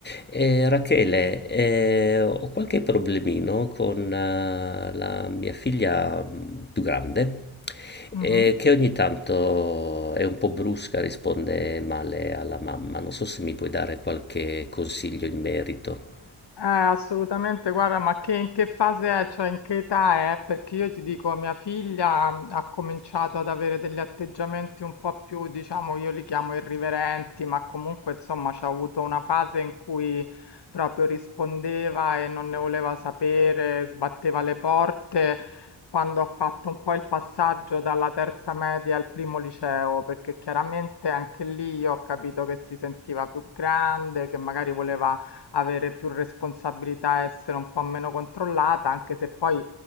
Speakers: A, on the left; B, on the left.
A: Eh, Rachele, eh, ho qualche problemino con eh, la mia figlia mh, più grande,
B: Mhm.
A: eh, che ogni tanto è un po' brusca, risponde male alla mamma. Non so se mi puoi dare qualche consiglio in merito.
B: Eh, assolutamente, guarda, ma che, in che fase è, cioè in che età è? Perché io ti dico, mia figlia mm, ha cominciato ad avere degli atteggiamenti un po' più, diciamo, io li chiamo irriverenti, ma comunque, insomma, c'ha avuto una fase in cui proprio rispondeva e non ne voleva sapere, sbatteva le porte. Quando ho fatto un po' il passaggio dalla terza media al primo liceo, perché chiaramente anche lì io ho capito che si sentiva più grande, che magari voleva avere più responsabilità e essere un po' meno controllata, anche se poi